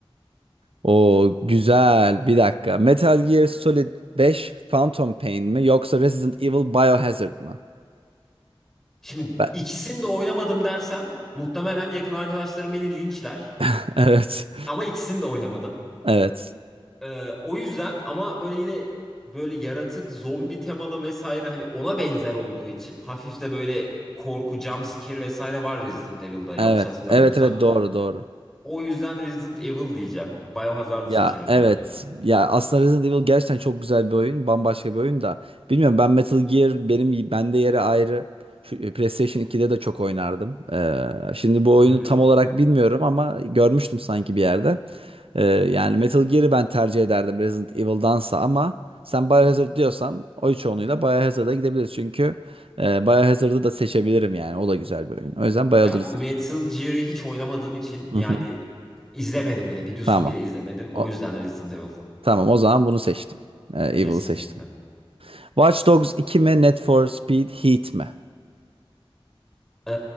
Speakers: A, on the right (about 75°); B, in the centre.
A: O güzel. Bir dakika. Metal Gear Solid beş, Phantom Pain mi yoksa Resident Evil Biohazard mı?
B: Şimdi
A: Ben-
B: ikisini de oynamadım dersem muhtemelen yakın arkadaşlarım beni linçler.
A: <laughs> Evet.
B: Ama ikisini de oynamadım.
A: Evet.
B: Ee, o yüzden ama böyle yine böyle yaratık, zombi temalı vesaire hani ona benzer olduğu için hafif de böyle korku, jump scare vesaire var Resident Evil'da yanlış
A: Evet.
B: hatırlamıyorsam.
A: Evet evet doğru doğru.
B: O yüzden Resident Evil diyeceğim. Biohazard'ı
A: Ya
B: seçerim
A: evet.
B: yani.
A: Ya aslında Resident Evil gerçekten çok güzel bir oyun. Bambaşka bir oyun da. Bilmiyorum ben Metal Gear benim bende yeri ayrı. Şu e, PlayStation 2'de de çok oynardım. Ee, şimdi bu oyunu
B: Hı hı.
A: tam olarak bilmiyorum ama görmüştüm sanki bir yerde. Ee, yani Metal Gear'ı ben tercih ederdim Resident Evil'dansa ama sen Biohazard diyorsan oy çoğunluğuyla Biohazard'a gidebiliriz. Çünkü e, Biohazard'ı da seçebilirim yani. O da güzel bir oyun. O yüzden Biohazard'ı
B: Ya Metal
A: seçeceğim.
B: Gear'ı hiç oynamadığım için
A: Hı
B: yani
A: hı.
B: izlemedim bile. Videosunu
A: Tamam.
B: bile izlemedim.
A: O,
B: O yüzden Resident Evil.
A: tamam o zaman bunu seçtim. Ee, Evil'ı
B: Kesinlikle.
A: seçtim. Watch Dogs 2 mi? Need for Speed Heat mi?
B: Ee,